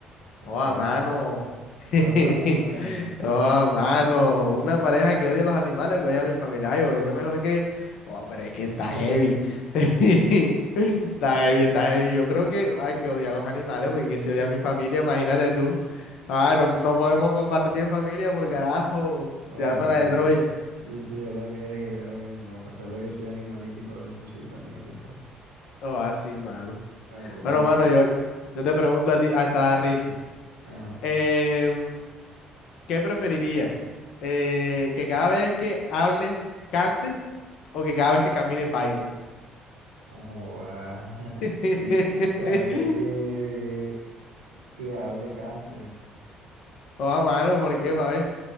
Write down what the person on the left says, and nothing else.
Oh, a
mano.
<laughs>
Oh, a mano. Una pareja que odia a los animales o que odia a mi familia. Ay, yo creo que mejor que. Oh, pero es que está
heavy. <laughs> Está heavy, está heavy. Yo creo que hay que odiar a los animales porque que si odia a mi familia, imagínate tú. Ah, no, no podemos compartir en familia porque carajo,
se arma
la de Troya.
Oh, así, mano.
Bueno, mano,
yo, yo te pregunto a ti, hasta da risa.
Em, ¿qué preferirías? Eh, ¿que cada vez que hables cantes o que cada vez que camines bailes?
<laughs>
Oh, a mano, ¿por qué, pa' ver?